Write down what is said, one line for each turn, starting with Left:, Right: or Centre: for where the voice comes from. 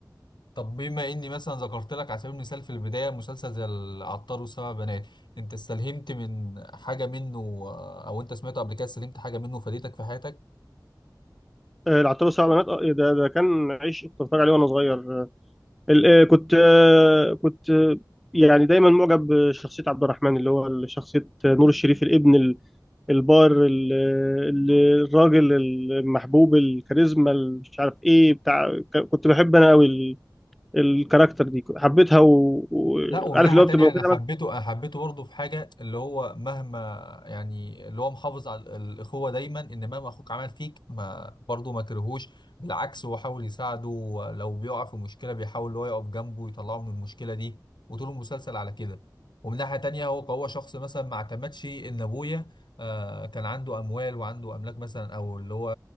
Left: طب بما اني مثلا ذكرت لك على سبيل المثال في البدايه مسلسل زي العطار والسبع بنات انت استلهمت من حاجه منه آه، او انت سمعته قبل كده استلهمت حاجه منه فادتك في حياتك
Centre: آه، العطار والسبع بنات آه، ده ده كان عيش كنت بتفرج عليه وانا صغير آه، ال- آه، كنت آه، كنت آه، يعني دايما معجب بشخصيه عبد الرحمن اللي هو شخصيه نور الشريف الابن البار ال- ال- الراجل المحبوب الكاريزما مش عارف ايه بتاع ك- كنت بحب انا قوي ال- الكاركتر دي حبيتها و- وعارف
Left: لا ومن ناحية
Centre: اللي هو
Left: تانية
Centre: بتبقى واخدها
Left: أنا حبيته
Centre: مثلا
Left: أنا حبيته برضه في حاجة اللي هو مهما يعني اللي هو محافظ على ال- الأخوة دايما إن مهما أخوك عمل فيك ما برضه ما كرهوش بالعكس هو حاول يساعده لو بيقع في مشكلة بيحاول اللي هو يقف جنبه ويطلعه من المشكلة دي وطول المسلسل على كده ومن ناحية تانية هو هو شخص مثلا ما اعتمدش إن أبويا آه كان عنده أموال وعنده أملاك مثلا أو اللي هو